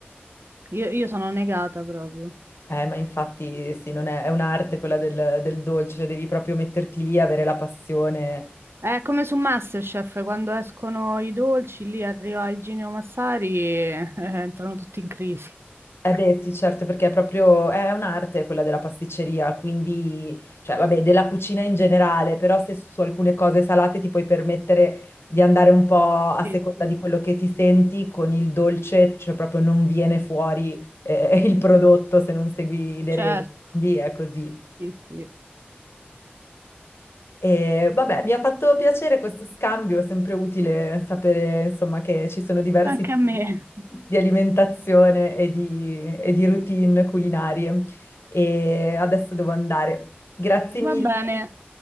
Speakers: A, on the right (about 75°); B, on the left (about 85°).
A: Io, io sono negata proprio.
B: Eh, ma infatti sì, non è, è un'arte quella del, del dolce, cioè devi proprio metterti lì, avere la passione.
A: È come su MasterChef, quando escono i dolci, lì arriva Igino Massari e <laughs> eh, entrano tutti in crisi.
B: Eh beh, sì, certo, perché è proprio, è un'arte quella della pasticceria, quindi, cioè, vabbè, della cucina in generale, però se su alcune cose salate ti puoi permettere di andare un po' a
A: Sì,
B: seconda
A: sì,
B: di quello che ti senti, con il dolce, cioè proprio non viene fuori, eh, <laughs> il prodotto se non segui le
A: certo.
B: regole. Quindi è così.
A: Sì, sì.
B: E vabbè, mi ha fatto piacere questo scambio, è sempre utile sapere, insomma, che ci sono diversi
A: Anche a me.
B: tipi di alimentazione e di, e di routine culinarie. E adesso devo andare. Grazie
A: Va
B: mille.
A: bene,